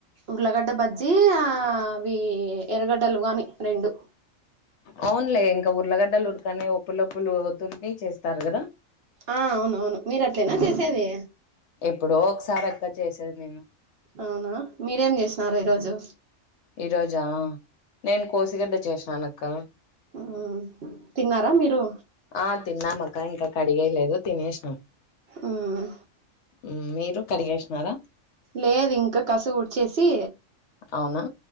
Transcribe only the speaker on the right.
ఉర్లగడ్డ బజ్జీ ఆ అవీ ఎర్రగడ్డలు గానీ రెండు
ఆ అవును అవును మీరు అట్లేనా చేసేది
అవునా మీరేం చేసినారు ఈరోజు
మ్ తిన్నారా మీరు
ఉమ్
లేదు ఇంక కసు ఉడ్చేసీ